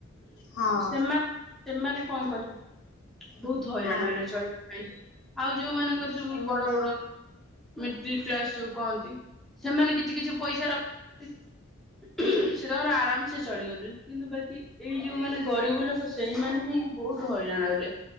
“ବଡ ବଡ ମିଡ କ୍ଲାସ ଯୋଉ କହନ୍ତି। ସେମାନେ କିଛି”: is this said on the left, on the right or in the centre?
Centre